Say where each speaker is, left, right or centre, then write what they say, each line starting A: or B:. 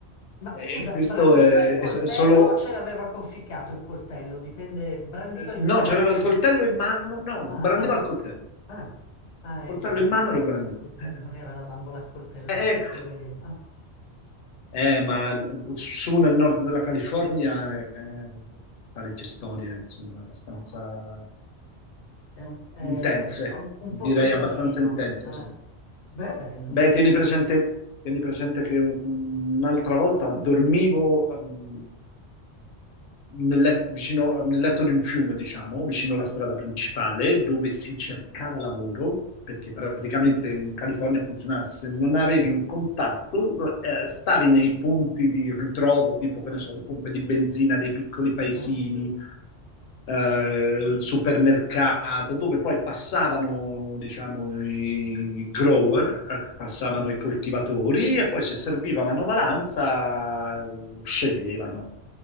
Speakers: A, on the left; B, on the left.
A: Ma
B: E
A: scusa,
B: questo
A: brandiva
B: è,
A: il coltello
B: è solo...
A: o ce l'aveva conficcato il coltello? Dipende, brandiva
B: eh,
A: il
B: No,
A: coltello.
B: c'aveva il
A: Ah.
B: coltello in mano, no,
A: Ah,
B: brandiva
A: ah,
B: il coltello.
A: ah, ah,
B: Coltello
A: eh, cioè basta
B: in mano
A: che
B: e lo
A: non fosse
B: brandì.
A: a coltello,
B: Eh,
A: non era la bambola accoltellata,
B: eh,
A: poverina. Ah,
B: eh, ma l- su nel nord della California eh, parecchie storie, insomma, abbastanza
A: è un, è
B: intense,
A: un- un
B: direi
A: po' selvaggino.
B: abbastanza intense.
A: eh.
B: sì.
A: Beh, è bello però.
B: Beh, tieni presente,
A: No.
B: tieni presente che un- un'altra volta dormivo, mm, nel, let- vicino- nel letto di un fiume, diciamo, vicino alla
A: Mm,
B: strada principale, dove si cercava lavoro, perché praticamente in California funzionava, se non avevi un contatto, eh, stavi nei punti di ritrovo, tipo, che ne so, le pompe di benzina dei piccoli paesini,
A: eh?
B: eh, il supermercato, dove poi passavano, diciamo, i grower, eh, passavano
A: Sì? Oh,
B: i coltivatori e poi se serviva manovalanza eh, sceglievano.